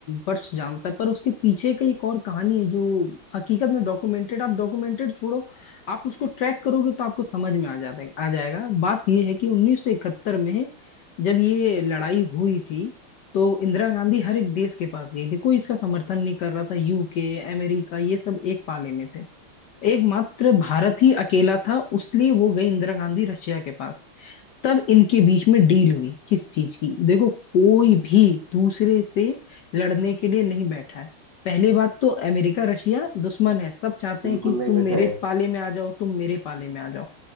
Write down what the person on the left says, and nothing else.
वर्ष जानता है पर उसके पीछे का एक और कहानी है जो हकीकत में डॉक्यूमेंटेड आप डॉक्यूमेंटेड छोड़ो आप उसको ट्रैक करोगे तो आपको समझ में आ जाता है आ जाएगा बात ये है कि 1971 में जब ये लड़ाई हुई थी तो इंदिरा गांधी हर एक देश के पास गई थी कोई इसका समर्थन नहीं कर रहा था यूके अमेरिका ये सब एक पाले में थे एकमात्र भारत ही अकेला था उसलिए वो गई इंदिरा गांधी रशिया के पास तब इनके बीच में डील हुई किस चीज की देखो कोई भी दूसरे से लड़ने के लिए नहीं बैठा है पहली बात तो अमेरिका रशिया दुश्मन है सब चाहते
हैं कि
तुम
मेरे
पाले में आ जाओ तुम मेरे पाले में आ जाओ